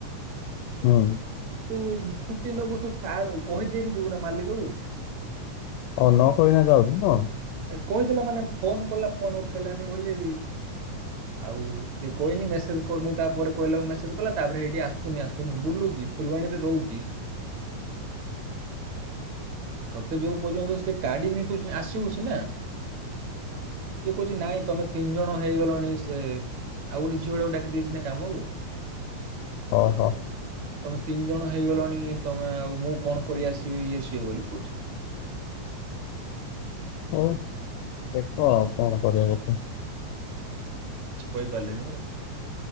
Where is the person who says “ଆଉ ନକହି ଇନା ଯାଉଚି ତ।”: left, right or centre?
Left